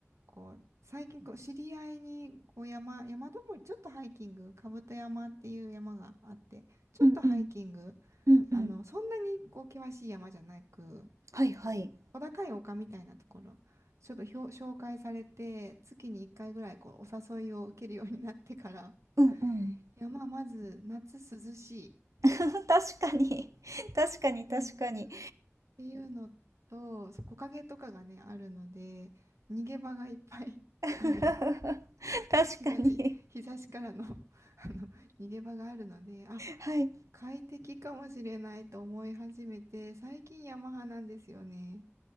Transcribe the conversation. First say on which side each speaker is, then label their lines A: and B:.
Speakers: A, on the right; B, on the right.
A: こう、最近こう、知り合いに、こう、山、山登り、ちょっとハイキング、兜山っていう山があって、ちょっとハイキング、
B: うんうん。うんうん。
A: あの、そんなに、こう、険しい山じゃなく、
B: はいはい。
A: 小高い丘みたいなところ、ちょっとひょ紹介されて、月に1回ぐらい、こう、お誘いを受けるようになってから、
B: うんうん。
A: 山、まず、夏涼しい。
B: <laughs> 確かに。確かに、
A: うんうんっ
B: 確かに。
A: ていうのと、そう木陰とかがね、あるので、逃げ場がいっぱい
B: <laughs>
A: <laughs>
B: 確
A: ある。<laughs> 日差し、
B: かに。
A: 日差しからの <laughs> あの、逃げ場があるので、あ、
B: はい。
A: 快適かもしれないと思い始めて、最近ヤマハなんですよね。